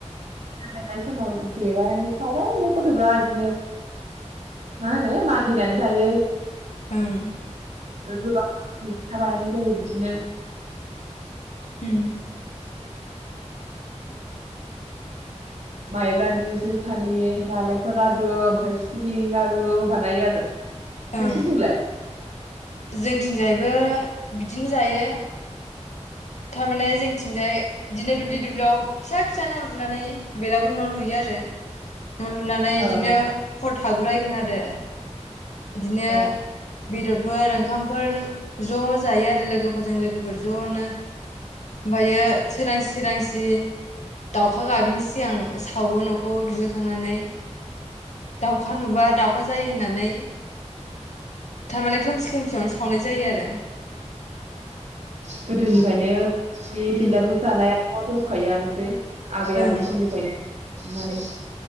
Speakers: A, on the right; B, on the left.
A: फिथा देनाय समाव देबाय सावबाय ओमफ्राय गथफ्रा बिदिनो मा होनो मागिनानै जायो।
B: ओं
A: गोबां रोखोमनि फिथा बानायनाय जायो बिदिनो
B: उम
A: माइब्रानि जोसानि नालेंखल लादु ओमफ्राय सिबिं लारु बानायो आरो नोंसोरनिथिंलाय
B: ओं जोंथिंजायबो बिदिनो जायो थारमाने जोंथिंजाय इदिनो दुब्लि दुब बेयाव फिसा फिसा न लुनानै बेलागुर न लुयो आरो न लुनानै बिदिनो
A: ओं
B: हर थागुलायगोन आरो बिदिनो
A: ओं
B: बेदरफोर ओंखामफोर ज' जायो आरो लोगोफोरजों लोगोफोर ज'नो ओमफायो सोरां सोरांसि दाउ उखा गाबिनि सिगां सावो नखौ दुगैखांनानै दाउखा नुबा दाउखा जायो होननानै थारमाने खोमसि खोमसियावनो सावनाय जायो आरो
A: गोदोनिफायनो बे बिलागुर
B: उम
A: जानायाथ' दंखा खायोआनोसै आबै आबौ
B: ओं
A: समनिफ्रायनो माने